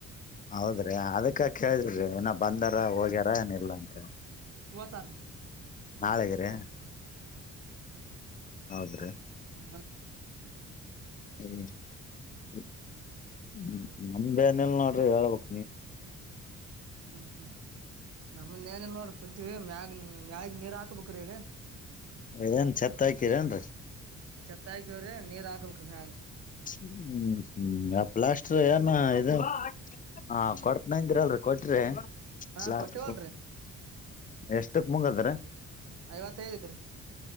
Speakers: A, on the left; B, on the right.
A: ಹೌದ್ರಿ ಅದಕ್ಕ ಕೇಳಿದ್ದರೆ ಇಏನ ಬಂದಾರ ಹೋಗ್ಯಾರ ಏನಿಲ್ಲಾ ಅಂತ
B: ತರಿ
A: ನಾಳೆ ಗಿರಿ ಹೌದ್ರಿ
B: ಹ
A: ಹ್ಮ್ ಹ್ಮ್ ನಮ್ದ ನಲ್ ನೋಡ್ರಿ ಹೇಳ್ಬೇಕ
B: ಹ್ಮ್ ಹ್ಮ್ ನಮ್ಮನೆಲ್ಲೋ ಕುಂತೀವಿ ಮ್ಯಾಗ ಮ್ಯಾಗ ನೀರ್ ಹಾಕ್ಬೇಕ್ರೀ ಈಗ
A: ಏನ್ ಛತ್ತ ಆಕಿರೇನ್ರಿ
B: ತಾಯಕ ಅವ್ರ ನೀರು ಆಗಬೇಕ ಮೇಲೆ
A: ಹ್ಮ್ ಹ್ಮ್ ಪ್ಲಾಸ್ಟರ್ ಏನ ಇ ಕೊಡ್ <unintelligible> ದಿರಲ್ರಿ ಕೊಟ್ರಿ <unintelligible>
B: ಹಾ
A: ಲಾಸ್ಟ್
B: ಕೊಟ್ಟೆವಲ್ರಿ
A: ಎಷ್ಟಕ್ ಮುಂಗದ್ರ
B: ಐವತ್ತಾಯಿದುರಿ